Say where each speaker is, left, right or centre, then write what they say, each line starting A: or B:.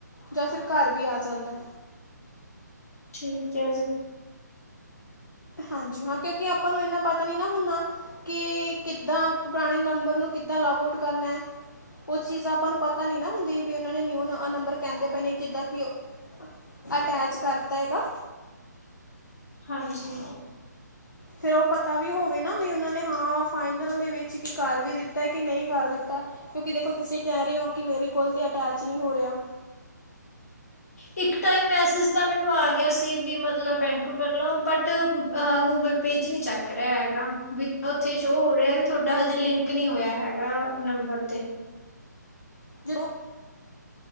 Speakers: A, on the left; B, on the left.
A: ਜਾਂ ਫਿਰ ਘਰ ਵੀ ਆ ਜਾਂਦਾ।
B: ਠੀਕ ਹੈ ਜੀ।
A: ਹਾਂਜੀ ਹਾਂ ਕਿਉਂਕਿ ਆਪਾਂ ਨੂੰ ਇੰਨਾ ਪਤਾ ਨੀ ਨਾ ਹੁੰਨਾ ਕਿ ਕਿਦਾਂ ਪੁਰਾਣੇ ਨੰਬਰ ਨੂੰ ਕਿਦਾਂ ਲੌਗ ਆਊਟ ਕਰਨਾ। ਉਹ ਚੀਜ਼ ਆਪਾਂ ਨੂੰ ਪਤਾ ਨੀ ਨਾ ਹੁੰਦੀ। ਵੀ ਉਹਨਾਂ ਨੇ ਨਿਊ ਨੰਬਰ ਕਹਿੰਦੇ ਪਏ ਨੇ ਜਿੱਦਾਂ ਕਿ ਉਹ ਅਟੈਚ ਕਰਤਾ ਹੈਗਾ।
B: ਹਾਂਜੀ।
A: ਫਿਰ ਉਹ ਪਤਾ ਵੀ ਹੋਵੇ ਨਾ ਵੀ ਉਹਨਾਂ ਨੇ ਹਾਂ ਫਾਈਨਲ ਦੇ ਵਿੱਚ ਕੀ ਕਰ ਵੀ ਦਿੱਤਾ ਕਿ ਨਹੀਂ ਕਰ ਦਿੱਤਾ ਕਿਉਂਕਿ ਦੇਖੋ ਤੁਸੀਂ ਕਹਿ ਰਹੇ ਹੋ ਕਿ ਮੇਰੇ ਕੋਲ ਤੇ ਅਟੈਚ ਨਹੀਂ ਹੋ ਰਿਹਾ।
B: ਇੱਕ ਟਾਈਮ ਮੈਸੇਜ ਤਾ ਮੈਨੂੰ ਆ ਗਿਆ ਸੀ ਵੀ ਮਤਲਬ ਬੈਂਕ ਵਲੋਂ ਬਟ ਗੂਗਲ ਪੇ ਚ ਨੀ ਚੱਕ ਰਿਹਾ ਹੈਗਾ ਓਥੇ ਸ਼ੋ ਹੋ ਰਿਹਾ ਤੁਹਾਡਾ ਹਜੇ ਲਿੰਕ ਨੀ ਹੋਇਆ ਹੈਗਾ ਨੰਬਰ ਤੇ।
A: ਜਦੋਂ